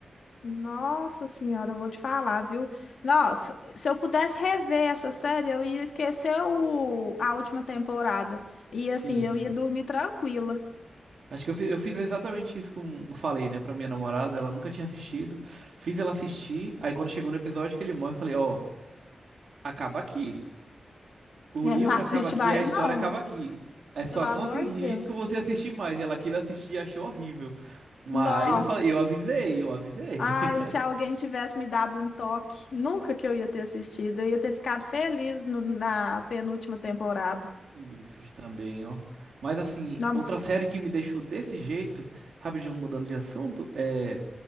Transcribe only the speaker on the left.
Nossa senhora, eu vou te falar, viu? Nossa, se eu pudesse rever essa série, eu ia esquecer o, a última temporada. E
assim, eu
ia dormir tranquila,
né?
Não assiste
mais,
não.
Pelo amor
de Deus.
Nossa.
Ai,
se alguém tivesse me dado um toque, nunca que eu ia ter assistido. Eu ia ter ficado feliz no- na penúltima temporada.
Não,